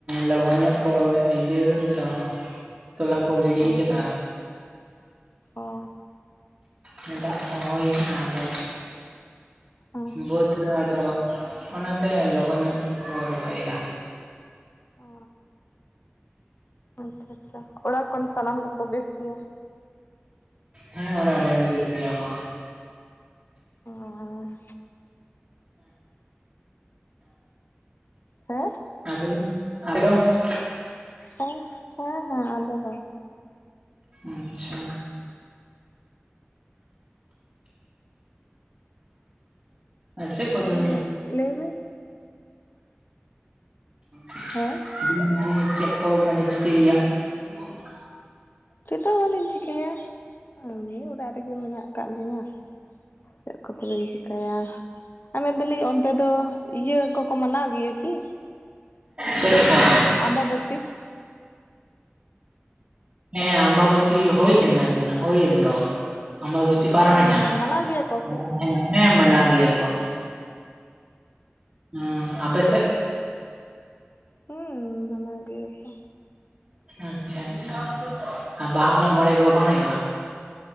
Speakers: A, on the right (about 40°); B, on the left (about 55°).
A: ᱞᱚᱜᱚᱱ ᱧᱚᱜ ᱠᱚ ᱤᱡᱤᱭᱟᱹ ᱠᱟᱫᱟ ᱛᱚ ᱛᱚᱞᱟ ᱠᱚ ᱜᱤᱰᱤ
B: ᱚ
A: ᱠᱟᱫᱟ
B: ᱚ
A: ᱦᱮᱸ ᱫᱟᱜ ᱠᱚᱦᱚᱸ ᱦᱩᱭ ᱠᱟᱱᱟ ᱟᱫᱚ
B: ᱦᱮᱸ
A: ᱵᱳᱛ ᱨᱮ ᱟᱫᱚ ᱚᱱᱟᱛᱮ ᱞᱚᱜᱚᱱ ᱧᱚᱜ ᱜᱮ ᱠᱚ ᱨᱚᱦᱚᱭ ᱮᱫᱟ,
B: ᱚ ᱟᱪᱪᱷᱟ ᱟᱪᱪᱷᱟ ᱚᱲᱟᱜ ᱠᱷᱚᱱ ᱥᱟᱱᱟᱢ ᱠᱚᱠᱚ ᱵᱮᱥ ᱜᱤᱭᱟ,
A: ᱦᱮᱸ ᱚᱲᱟᱜ ᱨᱮ ᱵᱮᱥ ᱜᱮᱭᱟ ᱠᱚ,
B: ᱚ <unintelligible> ᱦᱮᱸ
A: ᱦᱮᱸ <inaudible> ᱦᱮᱸ <inaudible> <unintelligible>
B: ᱦᱮᱸ ᱦᱮᱸ ᱦᱮᱸ ᱟᱞᱮ ᱦᱚᱸ
A: ᱟᱪᱪᱷᱟ, ᱟᱨ ᱪᱮᱫ ᱠᱚᱫᱚ
B: <unintelligible> ᱞᱟᱹᱭ ᱵᱤᱱ
A: <unintelligible>
B: ᱦᱮᱸ
A: ᱢᱟᱱᱮ ᱪᱮᱫ ᱠᱚ ᱢᱟᱱᱮ ᱪᱤᱠᱟᱹᱭ ᱭᱟᱢ, <unintelligible>
B: ᱪᱮᱫ ᱦᱚᱸ ᱵᱟᱹᱞᱤᱧ ᱪᱤᱠᱟᱹᱭᱟ ᱮᱢᱱᱤ ᱚᱲᱟᱜ ᱨᱮᱜᱮ ᱢᱮᱱᱟᱜ ᱠᱟᱜ ᱞᱤᱧᱟ, ᱪᱮᱫ ᱠᱚᱛᱮ ᱵᱮᱱ ᱪᱤᱠᱟᱹᱭᱟ ᱟᱨ ᱢᱮᱱ ᱫᱟᱹᱞᱤᱧ ᱚᱱᱛᱮ ᱫᱚ ᱤᱭᱟᱹ ᱠᱚᱠᱚ ᱢᱟᱱᱟᱣ ᱜᱮᱭᱟ ᱠᱤ?
A: ᱪᱮᱫ ᱠᱚ?
B: ᱟᱢᱵᱟᱵᱚᱛᱤ,
A: ᱦᱮᱸ ᱟᱢᱵᱟᱵᱚᱛᱤ ᱦᱩᱭ ᱠᱟᱱᱟ <unintelligible> ᱦᱩᱭᱮᱱ ᱫᱚ ᱟᱢᱵᱟᱵᱚᱛᱤ, ᱛᱤ ᱯᱟᱨᱚᱢ
B: ᱦᱮᱸ
A: ᱮᱱᱟ
B: ᱦᱮᱸ ᱢᱟᱱᱟᱣ ᱜᱮᱭᱟ ᱠᱚ
A: ᱦᱩᱸ
B: ᱥᱮ
A: ᱦᱮᱸ ᱦᱮᱸ ᱢᱟᱱᱟᱣ ᱜᱮᱭᱟ ᱠᱚ ᱦᱩᱸ ᱟᱯᱮ
B: ᱟᱪᱪᱷᱟ
A: ᱥᱮᱫ
B: ᱟᱪᱪᱷᱟ ᱦᱩᱸ ᱢᱟᱱᱟᱣ ᱜᱤᱭᱟᱠᱚ,
A: ᱟᱪᱪᱷᱟ ᱟᱪᱪᱷᱟ ᱟᱨ ᱵᱟᱦᱟ ᱢᱟᱜᱽ ᱢᱚᱬᱮ ᱠᱚ ᱵᱟᱝ ᱦᱩᱭᱩᱜᱼᱟ,